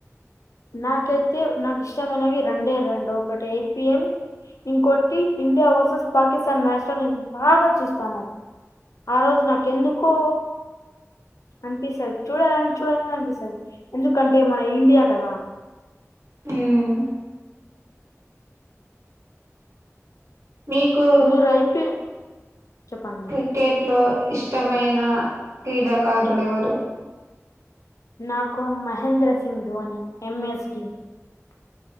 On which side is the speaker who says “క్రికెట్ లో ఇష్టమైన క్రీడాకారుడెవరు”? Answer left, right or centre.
Right